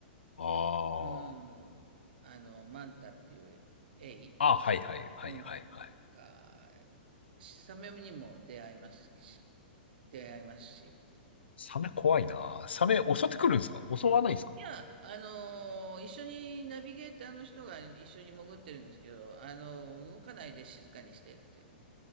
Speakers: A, on the left; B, on the right.
A: あ
B: うん。あの、マンタっていうエイ。
A: あ。ああ、はいはいはいはいはい。
B: うん。が、サメにも出会いますし、出会いますし。
A: サメ怖いな。サメ襲ってくるんですか襲わないんですか
B: いや、あのー一緒にナビゲーターの人が一緒に潜ってるんですけど、あのー動かないで静かにしてって